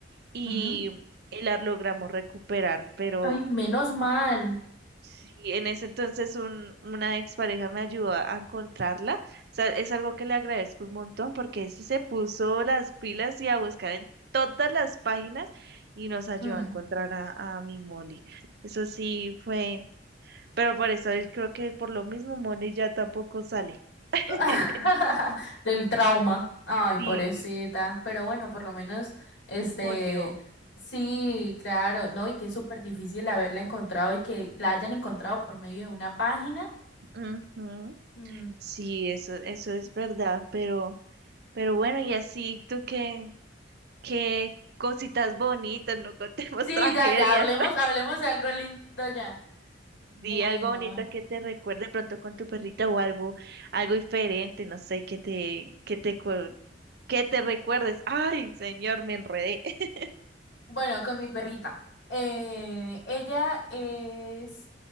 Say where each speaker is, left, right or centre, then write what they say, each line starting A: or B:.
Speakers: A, on the right; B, on the left.
A: y,
B: Ujú.
A: y la logramos recuperar, pero
B: Ay, menos mal.
A: sí, en ese entonces un, una expareja me ayudó a encontrarla. O sea, es algo que le agradezco un montón porque ese se puso las pilas y a buscar en todas las páginas y nos ayudó
B: Mm.
A: a encontrar a, a mi Molly. Eso sí fue Pero por eso yo creo que por lo mismo Molly ya tampoco sale. <laughs>
B: <laughs> Del trauma. Ay,
A: Sí,
B: pobrecita. Pero bueno, por lo menos, este,
A: volvió.
B: sí, claro, no, y que es súper difícil haberla encontrado y que la hayan encontrado por medio de una página.
A: Ujú.
B: Mm.
A: Sí, eso, eso es verdad, pero, pero bueno, y así tú qué, qué cositas bonitas, no contemos
B: Sí,
A: <laughs> tragedias.
B: ya, ya, hablemos, hablemos de algo lindo ya. Bueno.
A: Sí, algo bonito que te recuerde pronto con tu perrita o algo, algo diferente, no sé, que te, que te, cu- que te recuerdes. Ay, señor, me enredé. <laughs>
B: Bueno, con mi perrita. Eh, ella es